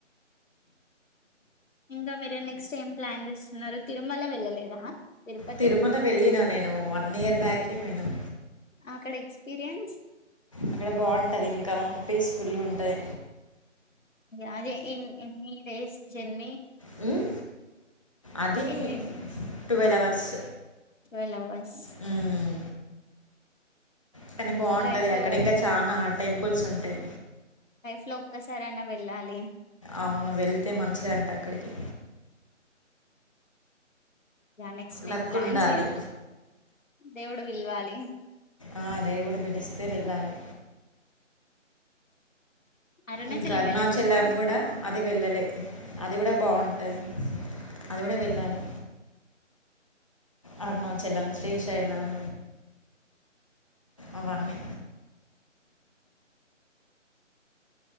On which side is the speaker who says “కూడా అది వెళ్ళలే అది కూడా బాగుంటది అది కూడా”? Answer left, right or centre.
Left